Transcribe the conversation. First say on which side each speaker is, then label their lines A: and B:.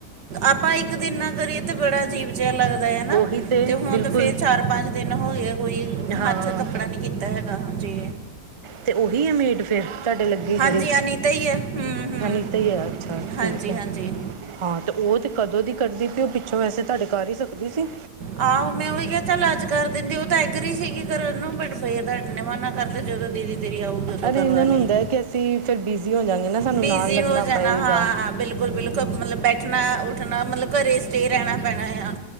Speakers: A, on the right; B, on the right.
A: ਆਪਾਂ ਇੱਕ ਦਿਨ ਨਾ ਕਰੀਏ ਤੇ ਬੜਾ ਅਜੀਬ ਜਿਹਾ ਲੱਗਦਾ ਐ ਨਾ,
B: ਉਹੀ
A: ਤੇ ਹੁਣ
B: ਬਿਲਕੁਲ
A: ਤਾਂ ਫੇਰ ਚਾਰ ਪੰਜ ਦਿਨ ਹੋ ਗਏ ਕੋਈ
B: ਹਾਂ
A: ਹੱਥ ਕੱਪੜਾ ਚ ਕੀਤਾ ਹੈਗਾ ਜੀ।
B: ਤੇ ਓਹੀ ਆ ਮੇਡ ਫਿਰ ਤੁਹਾਡੇ ਲੱਗੇ? ਜਿਹੜੀ
A: ਹਾਂਜੀ ਅਨੀਤਾ ਹੀ ਹੈ ਹੂੰ ਹੂੰ
B: ਅਨੀਤਾਂ ਈ ਆ, ਅੱਛਾ
A: ਹਾਂਜੀ
B: ਠੀਕ ਐ।
A: ਹਾਂਜੀ
B: ਹਾਂ ਤੇ ਓ ਤੇ ਕਦੋਂ ਦੀ ਕਰਦੀ ਪਈ ਉਹ ਪਿੱਛੋਂ ਵੈਸੇ ਤੁਹਾਡੇ ਕਰ ਹੀ ਸਕਦੀ ਸੀ।
A: ਆਹੋ ਮੈਂ ਓਹੀ ਕਿਹਾ ਚੱਲ ਅੱਜ ਕਰ ਦਿੰਦੀ। ਉਹ ਤਾਂ ਐਗਰੀ ਸੀਗੀ ਕਰਨ ਨੂੰ ਬਟ ਬਈ ਮ ਨਾ ਕਰਦੇ ਜਦੋਂ ਦੀਦੀ ਤੇਰੀ ਆਊਗੀ ਉਦੋਂ
B: ਅਰੇ
A: ਕਰਵਾ
B: ਏਨਾਂ
A: ਲਈ
B: ਨੂੰ ਹੁੰਦਾ ਕਿ ਅਸੀਂ ਫਿਰ ਬਿਜ਼ੀ ਹੋ ਜਾਂਵਗੇ ਨਾ ਸਾਨੂੰ
A: ਬਿਜ਼ੀ
B: ਨਾਲ ਲੱਗਣਾ
A: ਹੋ ਜਾਣਾ
B: ਪਏਗਾ।
A: ਹਾਂ ਬਿਲਕੁਲ, ਬਿਲਕੁਲ ਮਤਲਬ ਬੈਠਣਾ-ਉੱਠਣਾ ਮਤਲਬ ਘਰੇ ਸਟੇਅ ਰਹਿਣਾ ਪੈਣਾ ਆ।